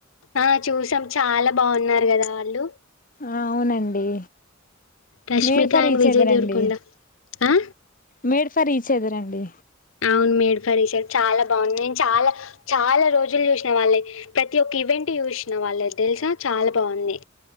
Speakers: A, on the left; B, on the left.
A: ఆ చూసాం. చాలా బావున్నారు కదా ఆళ్ళు.
B: ఆ అవునండి.
A: Rashmika
B: Made for
A: and
B: each
A: Vijay
B: other
A: దేవరకొండ
B: అండి
A: ఆ
B: మేడ్ ఫర్ ఇచ్ అదర్ అండి.
A: అవును మేడ్ ఫర్ ఇచ్ అదర్ చాలా బాగుంది. నేను చాలా చాలా రోజులు చూశిన వాళ్ళయి ప్రతి ఒక్క ఈవెంట్ చూశిన వాళ్ళది తెలుసా చాలా బావుంది.